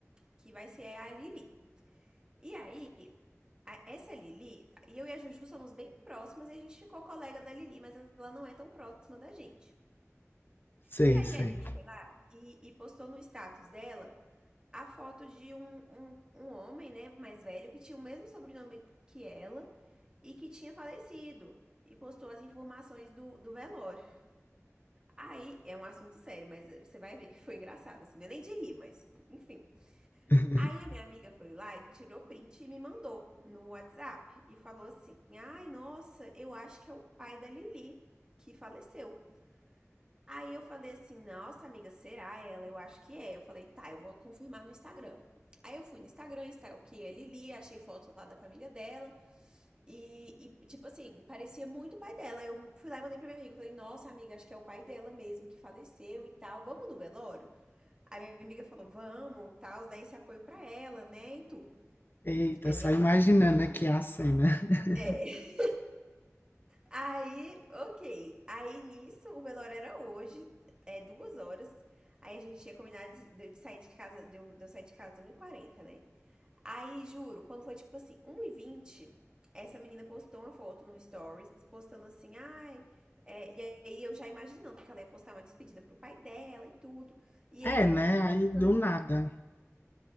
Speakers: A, on the right; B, on the left.
A: que vai ser a Lili. E aí, a- essa Lili, e eu e a Juju somos bem próximas e a gente ficou colega da Lili, mas ela não é tão próxima da gente.
B: Sei,
A: E aí
B: sei.
A: a Lili foi lá e, e postou no status dela a foto de um, um, um homem, né, mais velho, que tinha o mesmo sobrenome que ela e que tinha falecido. E postou as informações do, do velório. Aí é um assunto sério, mas eh, você vai ver que foi engraçado, assim, não é nem de rir, mas enfim.
B: <laughs>
A: Aí a minha amiga foi lá e tirou print e me mandou no WhatsApp e falou assim: "Ai, nossa, eu acho que é o pai da Lili que faleceu". Aí eu falei assim: "Nossa, amiga, será ela? Eu acho que é". Eu falei: "Tá, eu vou confirmar no Instagram". Aí eu fui no Instagram, está o que é Lili, achei foto lá da família dela. E, e, tipo assim, parecia muito o pai dela. Eu fui lá e mandei pra minha amiga. Eu falei, nossa, amiga, acho que é o pai dela mesmo que faleceu e tal. Vamos no velório? Aí minha amiga falou, vamos, e tal, dá esse apoio pra ela, né? E tudo.
B: Eita,
A: Aí
B: só
A: bem.
B: imaginando aqui a cena. <laughs>
A: É. Aí, ok. Aí nisso, o velório era hoje, é duas horas. Aí a gente tinha combinado de, de sair de casa, de eu, de eu sair de casa 1 e quarenta né? Aí, juro, quando foi tipo assim, 1 e vinte, essa menina postou uma foto no Stories, postando assim, ai. é, e aí eu já imaginando que ela ia postar uma despedida pro pai dela e tudo. E
B: É,
A: eu
B: né? Aí
A: combinando,
B: do nada,